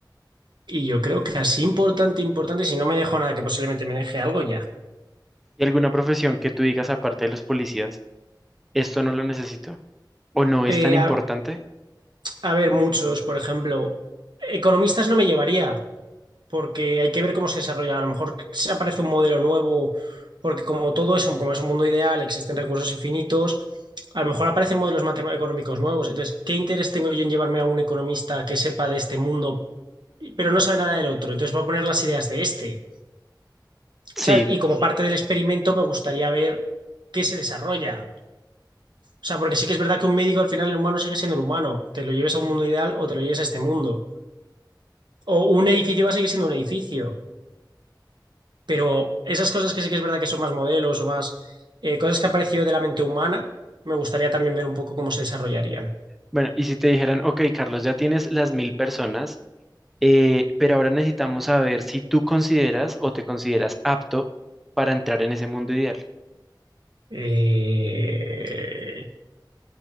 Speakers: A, on the right (about 75°); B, in the centre.
A: Y yo creo que así importante, importante, si no me dejo nada, que posiblemente me deje algo ya.
B: ¿Y alguna profesión que tú digas, aparte de los policías, esto no lo necesito? ¿O no
A: Eh,
B: es tan importante?
A: A ver, muchos, por ejemplo, economistas no me llevaría, porque hay que ver cómo se desarrolla. A lo mejor se aparece un modelo nuevo, porque como todo eso, como es un mundo ideal, existen recursos infinitos, a lo mejor aparecen modelos matemáticos económicos nuevos. Entonces, ¿qué interés tengo yo en llevarme a un economista que sepa de este mundo, pero no sabe nada del otro? Entonces, voy a poner las ideas de este,
B: Sí.
A: ¿sabes? Y como parte del experimento, me gustaría ver qué se desarrolla. O sea, porque sí que es verdad que un médico al final el humano sigue siendo el humano. Te lo lleves a un mundo ideal o te lo lleves a este mundo. o un edificio va a seguir siendo un edificio, pero esas cosas que sí que es verdad que son más modelos o más eh, cosas que han aparecido de la mente humana, me gustaría también ver un poco cómo se desarrollarían.
B: Bueno, y si te dijeran, ok, Carlos, ya tienes las mil personas, eh, pero ahora necesitamos saber si tú consideras o te consideras apto para entrar en ese mundo ideal.
A: Eh,